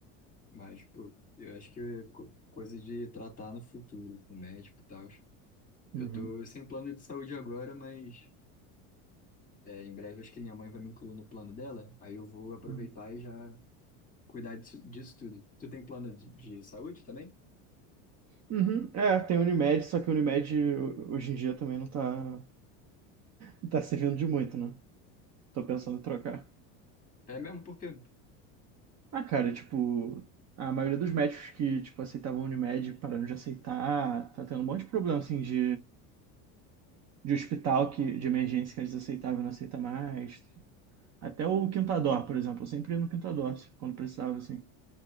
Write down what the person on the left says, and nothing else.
Mas, pô, eu acho que é co- coisa de tratar no futuro, com o médico e tal.
Eu tô sem plano de saúde agora, mas. É, em breve, acho que minha mãe vai me incluir no plano dela, aí eu vou aproveitar
e já cuidar disso, disso tudo. Tu tem plano de, de saúde também?
É mesmo porque,